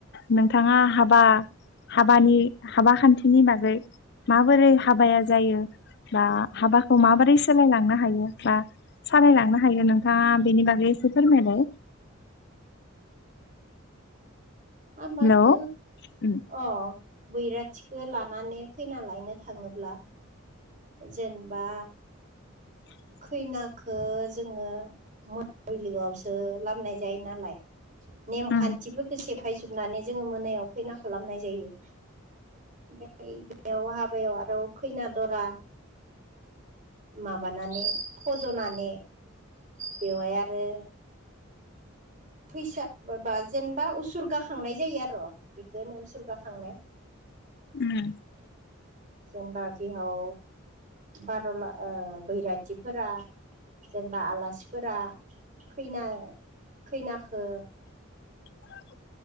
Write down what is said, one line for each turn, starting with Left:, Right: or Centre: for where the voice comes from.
Left: नोंथाङा हाबा हाबानि हाबा खान्थिनि बागै माबोरै हाबाया जायो बा हाबाखौ माबोरै सोलायलांनो हायो बा सालायलांनो हायो नोंथाङा बेनि बागै एसे फोरमायलाय
Right: हा माखो
Left: हेलौ उम
Right: अ बैराथिखो लानानै खैना लायनो थाङोब्ला जेनेबा
Left: <unintelligible>
Right: खैनाखौ जोङो मोनाबिलिआवसो लाबोनाय जायो नालाय नेमखान्थिफोरखौ
Left: उम
Right: सेफायजोबनानै जोङो मोनायाव खैना लाबोनाय जायो बे बेयाव हाबायाव आरो खैना दरा माबानानै फज'नानै बेवहाय आरो फैसा माबा जेनेबा उसुरगा खांनाय जायो आर' बेखौनो उसुरगा होनो खांनाय।
Left: उम्म।
Right: जेनेबा बिहाव बार'ला बैराथिफोरा जेनेबा आलासिफोरा खैना खैनाखो
Left: <unintelligible>